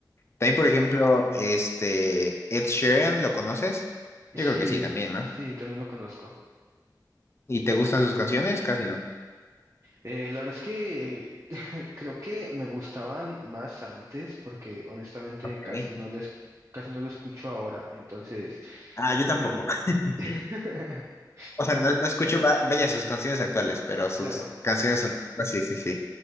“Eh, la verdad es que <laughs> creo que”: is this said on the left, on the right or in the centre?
Right